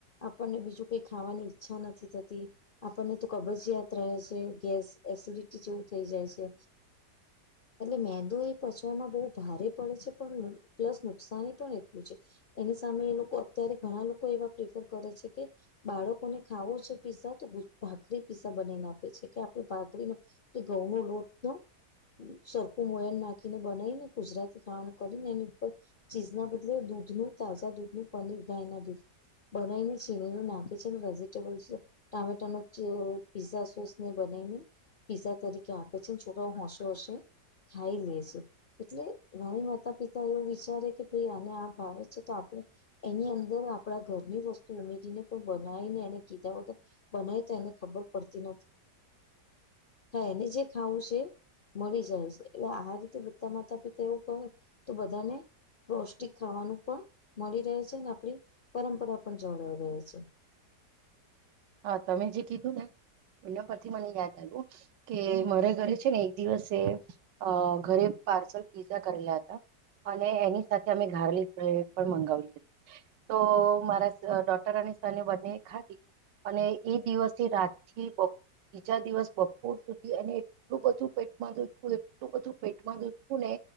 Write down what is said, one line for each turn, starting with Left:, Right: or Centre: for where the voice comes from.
Left: આપણને બીજું કઈક ખાવાની ઈચ્છા નથી થતી. આપને તો કબ જિયાત રહે છે. ગેસ, એસિડિટી જેવું થઇ જાય છે. એટલે મેંદુ એ પચવામાં બહુ ભારે પડે છે. પણ પ્લસ નુકસાની પણ એટલી એની સામે એ લોકો અત્યારે ઘણા લોકો એવા પ્રેફર કરે છે, કે બાળકોને ખાવો છે પીસા તો ભાખરી પીસા બનાવીને આપે છે કે આપડ ભાખરી ન કે ઘઉં નો લોટ નો <inaudible> સરખું મોયન નાખીને બનાવીને ગુજરાતી ખાવાનું કરીને એની ઉપર ચીઝ ના બદલે દૂધ નુ તાજા દૂધ નુ પનીર ગાયના દૂધ બનાવીને છીણીને નાખે છે ને વેજીિટેબલ ટામેટા નુ પીઝા સોસ ને બ ને પીઝા તરીકે આપે છે ને છોકરા હો <unintelligible> ખાઈ લે છે એટલે ઘણી માતા પિતા એવું વિચારે કે ભઈ આને આ ભાવે છે તો આપણે એની અં દર આપણા ઘરની વસ્તુ ઉમેરીને પણ બનાવીને એને કીધા હો તો બનાય તો એને ખબર પડતી ન <unintelligible> જે ખાવું છે. મળી જાય છે એટલે આ રીતે બધા માતા પિતા એવું કહે તો બધાને પૌષ્ટિક ખાવાનું પણ મળી રહે છે અને આપણી પરંપરા પણ જોળવાઈ રહે છે. <inaudible>
Right: હા તમે જે કીધું ને એના પરથી મને યાદ આવ્યું કે મારે ઘરે છે ને એક દિવસે અ ઘરે પાર્સલ પિઝા કરેલા હતા. અને એની સાથે અમે ગારલી પટ પણ મંગાવલી હતી તો મારા ડોટર અને બને ખાધી અને એ દિવસે રાતથી બીજા દિવસ બપોર સુધી અને એટલું બધું પેટમાં દોખયુ એટલું બધું પેટમાં દોખ્યું ને